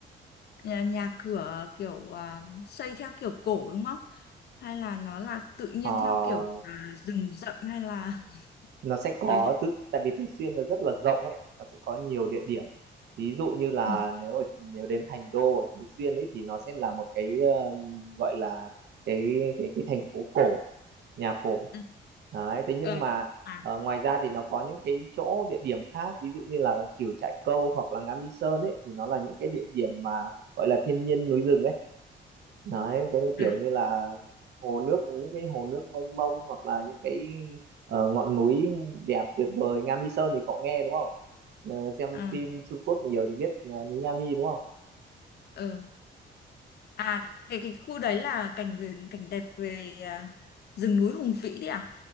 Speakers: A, on the left; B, on the right.
A: nhà, nhà cửa kiểu à, xây theo kiểu cổ đúng không? Hay là nó là tự nhiên
B: ờ,
A: theo kiểu à, rừng rậm hay là <laughs>
B: nó sẽ có
A: tớ
B: tự tại vì Tứ Xuyên nó rất là rộng ấy nó sẽ có nhiều địa điểm ví dụ như là
A: ừ.
B: nếu ở, nếu đến Thành đô ở Tứ Xuyên ấy thì nó sẽ là một cái um, gọi là cái cái cái thành phố cổ nhà cổ
A: ừ,
B: đấy thế nhưng
A: ờ,
B: mà
A: à
B: ờ, ngoài ra thì nó có những cái chỗ địa điểm khác ví dụ như là Cửu Trại Câu hoặc là Ngắm Y Sơn ấy thì nó là những cái địa điểm mà gọi là thiên nhiên núi rừng ấy đấy với những kiểu
A: à
B: như là hồ nước những cái hồ nước mênh mông hoặc là những cái ờ, ngọn núi đẹp tuyệt vời Nga Mi Sơn thì cậu nghe đúng không Ờ, xem
A: à
B: phim Trung Quốc nhiều thì biết ờ, núi Nga Mi đúng không
A: ừ. À cái cái khu đấy là cảnh về cảnh đẹp về à, rừng núi Hùng Vĩ đấy à?